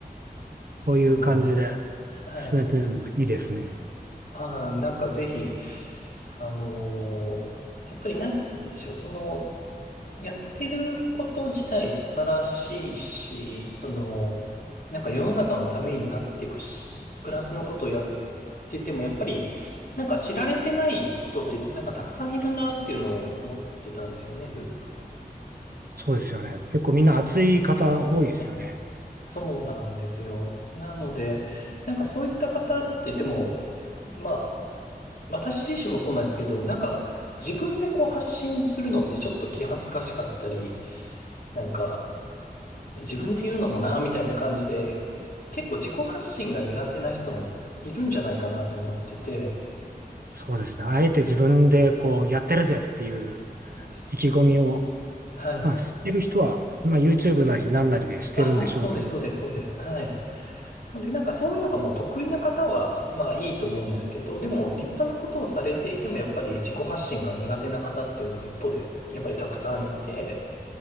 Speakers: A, on the right; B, on the left.
A: こういう感じで
B: その、はい。
A: 進めてるのもいいですね。
B: ああ、なんかぜひ、あのーやっぱりなんでしょう、その、やってること自体素晴らしいし、その、なんか世の中のためになっていくし、プラスのことをやってても、やっぱり、なんか知られてない人って、なんかたくさんいるなっていうのを思ってたんですよね、ずっと。
A: そうですよね。結構みんな熱い方多いですよね。
B: はい。そうなんですよ。なので、なんかそういった方って、でも、まあ、私自身もそうなんですけど、なんか自分でこう発信するのってちょっと気恥ずかしかったり、なんか自分で言うのもなみたいな感じで、結構自己発信が苦手な人もいるんじゃないかなと思ってて、
A: そうですね。あえて自分でこうやってるぜっていう
B: はい。す
A: 意気込みを、
B: はい。
A: まあしてる人は、まあ YouTube なりなんなりでしてるんでしょうけど。
B: あ、そう、そうです、そうです、そうです。はい。なので、なんかそういうのがもう得意な方は、まあいいと思うんですけど、でも立派なことをされていても、やっぱり自己発信が苦手な方っていうのは一方で、やっぱりたくさんいて、